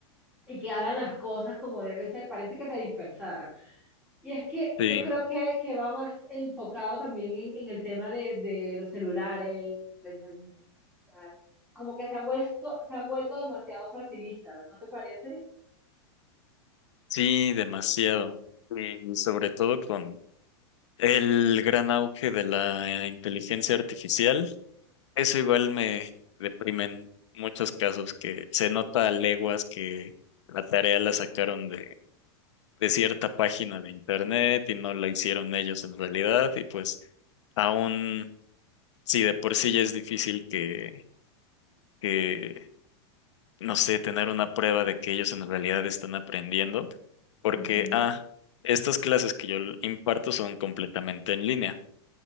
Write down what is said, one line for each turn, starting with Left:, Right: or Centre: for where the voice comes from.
Centre: y que hagan las cosas como debe ser, parece que se dispersaran. Y es que
Left: Sí,
Centre: yo creo que, que va más enfocado también en, en el tema de, de los celulares, la inteligencia artificial, como que se han vuelto, se han vuelto demasiado facilistas, ¿no te parece?
Left: sí, demasiado. Sí, Y sobre todo con el gran auge de la inteligencia artificial, eso igual me deprime en muchos casos que se nota a leguas que la tarea la sacaron de, de cierta página de internet y no la hicieron ellos en realidad y pues aún si de por sí ya es difícil que, que no sé, tener una prueba de que ellos en realidad están aprendiendo, porque,
Centre: Ujú,
Left: ah, estas clases que yo l- imparto son completamente en línea.